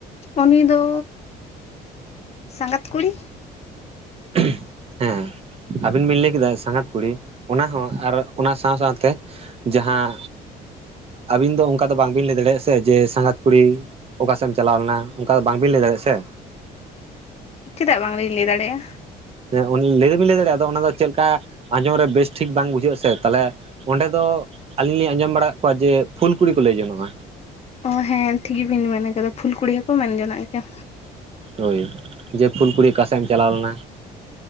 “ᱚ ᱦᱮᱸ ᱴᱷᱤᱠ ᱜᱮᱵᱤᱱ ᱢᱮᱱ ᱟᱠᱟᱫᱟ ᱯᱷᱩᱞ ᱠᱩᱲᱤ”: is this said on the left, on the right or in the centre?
Left